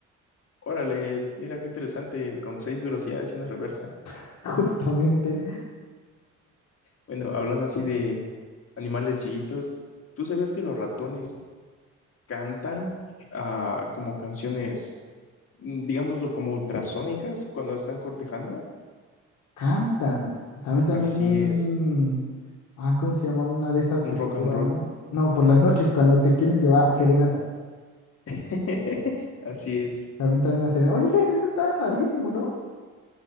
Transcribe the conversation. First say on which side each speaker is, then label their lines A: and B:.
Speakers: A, on the left; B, on the left.
A: Órale, mira qué interesante, con seis velocidades y una reversa.
B: <laughs> justamente.
A: Bueno, hablando así de animales chiquitos, ¿tú sabías que los ratones cantan ah, como canciones, mm, digámoslo, como ultrasónicas cuando están cortejando?
B: Cantan, se aventan
A: Así
B: un...
A: es,
B: Ah, ¿cómo se llama? Una de estas
A: un
B: que
A: rock
B: te llevan...
A: and roll.
B: No, por las noches cuando te quieren llevar serenata.
A: <laughs> Así es.
B: Se aventan una serenata. Oye, <laughs> eso está rarísimo, ¿no?